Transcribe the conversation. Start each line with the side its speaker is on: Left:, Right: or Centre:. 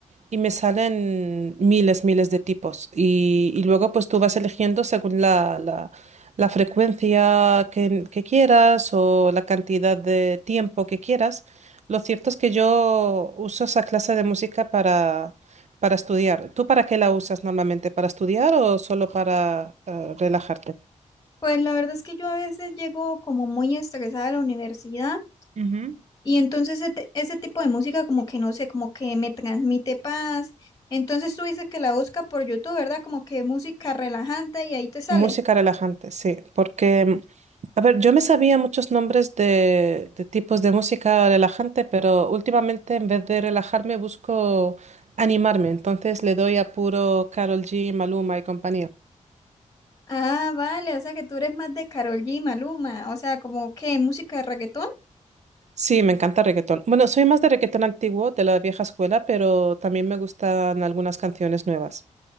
Right: y me salen miles, miles de tipos. Y, y luego pues tú vas eligiendo según la, la, la frecuencia que, que quieras o la cantidad de tiempo que quieras. Lo cierto es que yo uso esa clase de música para, para estudiar. ¿Tú para qué la usas normalmente? ¿Para estudiar o solo para eh, relajarte?
Left: Pues la verdad es que yo a veces llego como muy estresada a la universidad
Right: Ujú.
Left: Y entonces ese, ese tipo de música como que no sé, como que me transmite paz. Entonces tú dices que la busca por YouTube, ¿verdad? Como que música relajante y ahí te sale.
Right: Música relajante, sí, porque A ver, yo me sabía muchos nombres de, de tipos de música relajante, pero últimamente en vez de relajarme busco animarme, entonces le doy a puro Karol G, Maluma y compañía.
Left: Ah, vale, o sea que tú eres más de Karol G, Maluma, o sea, como que música de reggaetón.
Right: Sí, me encanta reggaetón. Bueno, soy más de reggaetón antiguo, de la vieja escuela, pero también me gustan algunas canciones nuevas.